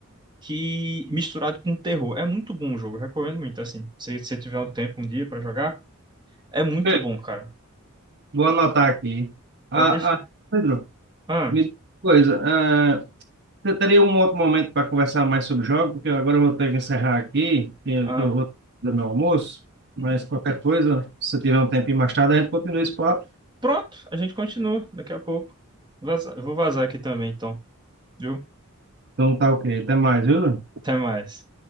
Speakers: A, on the right; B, on the right.
A: que misturado com terror. É muito bom o jogo, eu recomendo muito, assim. Se se você tiver um tempo um dia pra jogar, é muito
B: Beleza,
A: bom, cara.
B: vou anotar aqui. Ah,
A: Pode deixar.
B: ah, Pedro,
A: Ah,
B: me diz uma coisa. ah, você teria um outro momento para conversar mais sobre jogos? Porque agora eu vou ter que encerrar aqui, que eu
A: ah.
B: tô, vou fazer meu almoço. Mas
A: Uhum.
B: qualquer coisa, se você tiver um tempinho mais tarde, a gente continua esse papo.
A: Pronto, a gente continua daqui a pouco. Vaza- Vou vazar aqui também, então. Viu?
B: Então tá ok. Até mais, viu?
A: Até mais.